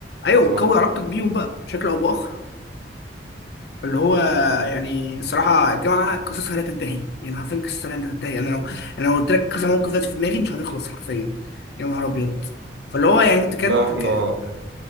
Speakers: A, on the left; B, on the right.
A: ايوه
B: صح
A: بتقوي علاقتك بيهم بقى بشكل او باخر اللي هو يعني صراحه الجامعه قصصها لا تنتهي يعني حرفيا قصصها لا تنتهي انا لو انا لو قلت لك كذا موقف دلوقتي في دماغي مش هنخلص حرفيا يا نهار ابيض فاللي هو يعني انت بتكاد
B: لا احنا